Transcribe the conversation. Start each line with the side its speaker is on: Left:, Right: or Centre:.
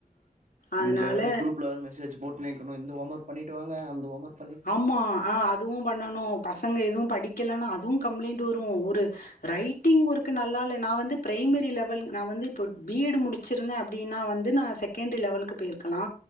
Left: அதனால
Right: இதுலவேற குரூப்ல வேர மெசேஜ் போட் நெக்கணு இந்த ஹோமர்க் பண்ணிட்டு வாங்க அந்த ஒமர்க்
Left: ஆமா ஆ அதுவு பண்ணணு பசங்க எதுவு படி க்கிலனா அதுவு கம்பளைண்ட் வரு ஒரு ரைட்டிங் ஒர்க்கு நல்லால்ல நா வந்து ப்ரைம்மரி லெவல் நா வந்து இப்போ பிஎடு முடிச்சிருந்தே அப்பிடின்னா வந்து நா செகண்டு லெவல்க்கு போயிருக்கலா